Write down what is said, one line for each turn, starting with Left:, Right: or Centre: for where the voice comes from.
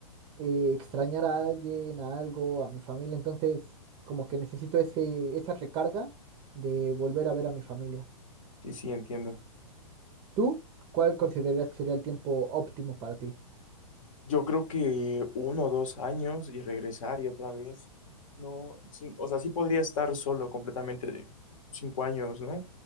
Right: eh, extrañar a alguien, a algo, a mi familia. Entonces, como que necesito ese, esa recarga de volver a ver a mi familia.
Left: Sí, sí, entiendo.
Right: ¿Tú? ¿Cuál considerarías que sería el tiempo óptimo para ti?
Left: Yo creo que uno o dos años y regresar y otra vez. No, sí, o sea, sí podría estar solo completamente de cinco años, ¿no?